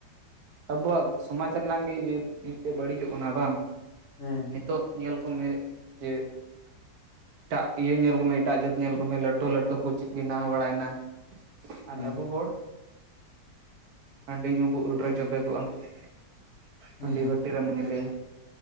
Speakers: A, on the right; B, on the left.
A: ᱟᱵᱚᱣᱟᱜ ᱥᱚᱢᱟᱡᱽ ᱨᱮᱱᱟᱜ ᱜᱮ ᱤᱭᱟᱹ ᱢᱤᱜ ᱴᱮᱡ ᱵᱟᱹᱲᱤᱡᱚᱜ ᱠᱟᱱᱟ ᱵᱟᱝ ᱾
B: ᱦᱮᱸ ᱾
A: ᱱᱤᱛᱚᱜ ᱧᱮᱞ ᱠᱚᱢᱮ ᱡᱮ ᱮᱴᱟᱜ ᱤᱭᱟᱹ ᱧᱮᱞ ᱠᱚᱢᱮ ᱮᱴᱟᱜ ᱡᱟᱹᱛ ᱧᱮᱞ ᱠᱚᱢᱮ ᱞᱟᱹᱴᱩ ᱞᱟᱹᱴᱩ ᱠᱚ ᱪᱮᱫ ᱵᱮᱱᱟᱣ ᱵᱟᱲᱟᱭ ᱱᱟ ᱾
B: ᱦᱮᱸ
A: ᱟᱨ ᱟᱵᱚ ᱦᱚᱲ ᱦᱟᱺᱰᱤ ᱧᱩ ᱵᱚ ᱩᱞ ᱨᱮ ᱡᱚᱵᱮ ᱠᱚᱜᱼᱟ ᱾
B: ᱦᱮᱸ
A: ᱦᱟᱺᱰᱤ ᱵᱷᱟᱹᱴᱤ ᱨᱮᱢ ᱧᱮᱞᱮᱭᱟ ᱾